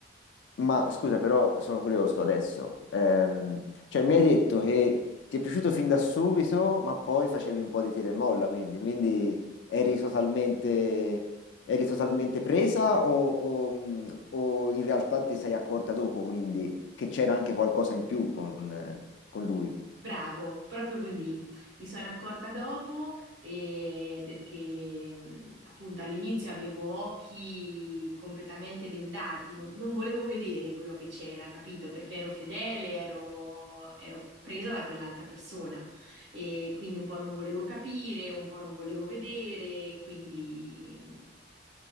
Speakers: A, on the left (about 70°); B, on the right (about 75°).
A: Ma scusa, però sono curioso adesso. Ehm, cioè, mi hai detto che ti è piaciuto fin da subito, ma poi facevi un po' di tira e molla, quindi, quindi eri totalmente, eri totalmente presa o, o, mh, o in realtà ti sei accorta dopo, quindi, che c'era anche qualcosa in più con, eh, con lui?
B: Bravo, proprio così. Mi sono accorta dopo eh, perché mh, appunto all'inizio avevo occhi completamente bendati, non, non volevo vedere quello che c'era, capito? Perché ero fedele, ero, ero presa da quell'altra persona e quindi un po' non volevo capire, un po' non volevo vedere, quindi mh,